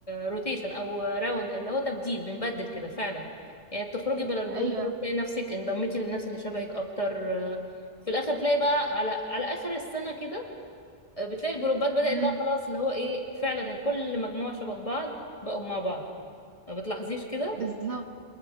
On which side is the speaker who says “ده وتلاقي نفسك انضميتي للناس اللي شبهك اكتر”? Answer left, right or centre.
Left